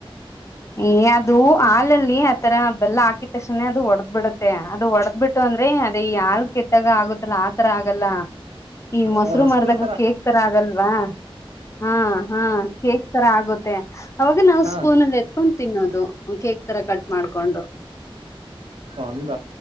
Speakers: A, on the left; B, on the right.
A: ಈ ಅದು ಹಾಲಲ್ಲಿ ಆತರ ಬೆಲ್ಲ ಹಾಕಿದ ತಕ್ಷಣೇ ಅದು ಒಡದ್ ಬಿಡುತ್ತೆ ಅದು ಒಡದ್ ಬಿಟ್ಟು ಅಂದ್ರೆ ಅದೇ ಯಾ ಕೆಟ್ಟಾಗ ಆಗುತ್ತಲ್ಲ ಆತರ ಆಗಲ್ಲ ಈ
B: ಆ,
A: ಮೊಸರು
B: ರಸಗುಲ್ಲ
A: ಮಾಡ್ದಾಗ ಕೇಕ್ ತರ ಆಗಲ್ವಾ ಹಾ ಹಾ ಕೇಕ್ ತರ ಆಗದು ಮತ್ತ ಅವಾಗ ನಾವ್
B: ಹಾ
A: ಸ್ಪೂನ್ ಅಲ್ಲಿ ಎತ್ಕೊಂಡ್ ತಿನ್ನೋದು ಕೇಕ್ ತರ ಕಟ್ ಮಾಡ್ಕೊಂಡು
B: ಅಂಗ